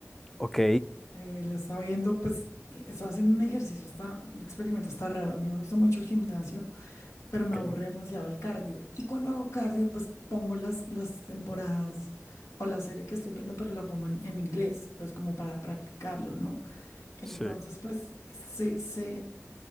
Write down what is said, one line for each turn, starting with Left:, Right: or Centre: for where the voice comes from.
Centre: Ok,
Left: Eh, la estaba viendo, pues, y estaba haciendo un ejercicio, está, un experimento, está raro. A mí me gusta mucho el gimnasio, pero me
Centre: ok,
Left: aburre demasiado el cardio. Y cuando hago cardio, pues pongo las, las temporadas o la serie que estoy viendo, pero la pongo en, en inglés, pues como para practicarlo, ¿no? Entonces,
Centre: sí,
Left: pues, se, se,